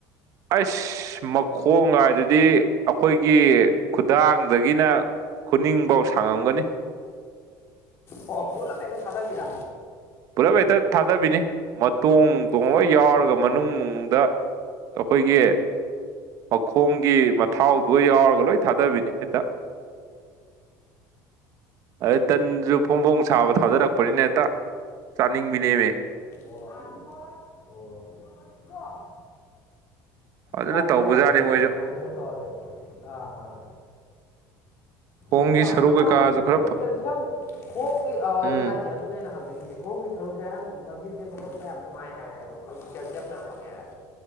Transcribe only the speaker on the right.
ꯑꯁ ꯃꯈꯣꯡ ꯍꯥꯏꯥꯏꯗꯗꯤ ꯑꯩꯈꯣꯏꯒꯤ ꯈꯨꯗꯥꯡꯗꯒꯤꯅ ꯈꯨꯅꯤꯡꯐꯧ ꯁꯥꯡꯉꯝꯒꯅꯤ
ꯄꯨꯂꯞ ꯍꯦꯛꯇ ꯊꯥꯗꯕꯤꯅꯤ ꯃꯇꯣꯡ
ꯇꯣꯡꯕ ꯌꯥꯎꯔꯒ ꯃꯅꯨꯡꯗ ꯑꯩꯈꯣꯏꯒꯤ ꯃꯈꯣꯡꯒꯤ ꯃꯊꯥꯎꯗꯣ ꯌꯥꯎꯔꯒ ꯂꯣꯏ ꯊꯥꯗꯕꯤꯅꯤ ꯍꯦꯛꯇ <inaudible> ꯑꯗꯩ ꯇꯟꯁꯨ ꯐꯣꯡ ꯐꯣꯡ ꯁꯥꯕ ꯊꯥꯗꯔꯛꯄꯅꯤꯅ ꯍꯦꯛꯇ ꯆꯥꯅꯤꯡꯕꯤꯅꯦꯃꯦ
ꯐꯖꯅ
ꯇꯧꯕꯖꯥꯠꯅꯤ
ꯃꯣꯏꯁꯨ
ꯈꯣꯡꯒꯤ
ꯁꯔꯨ
ꯀꯩꯀꯥꯁꯨ
ꯈꯔ
ꯎꯝ